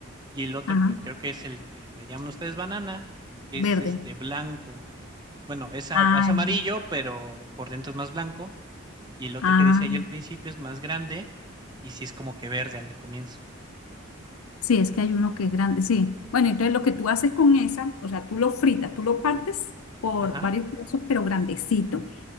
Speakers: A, on the right; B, on the left.
A: y el otro
B: Ajá,
A: que creo que es el que le llaman ustedes banana, que
B: verde.
A: es, este, blanco. Bueno, es a
B: Ah,
A: es amarillo,
B: ya.
A: pero por dentro es más blanco, y el otro
B: ah,
A: que decía yo al principio es más grande, y sí es como que verde al comienzo.
B: sí, es que hay uno que es grande, sí. Bueno, entonces lo que tú haces con esa, o sea, tú lo fritas, tú lo partes por
A: Ajá,
B: varios pedazos, pero grandecito.